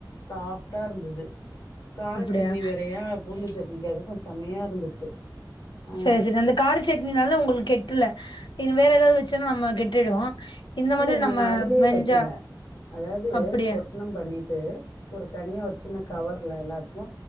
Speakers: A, on the left; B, on the left.
A: சாஃப்ட்டா இருந்தது கார
B: அப்டியா
A: சட்னி வேறையா பூண்டு சட்னிக்கு அது க்கு செமையா இருந்துச்சு ஆ
B: செரி செரி அந்த கார சட்னினால உங்களுக்கு கெட்டல இது வேற எதாவ்து வெச்சன்னா நம்ம கெட்டுடு இந்த
A: இல்ல
B: மாதிரி
A: நாங்க
B: நம்ம
A: அதுலயே
B: வெஞ்சா
A: வெய்க்கல அதாவது
B: அப்டியா
A: பொ ட்னம் பண்ணிட்டு ஒரு தனியா ஒரு சின்ன கவர்ல எல்லாத்துக்கு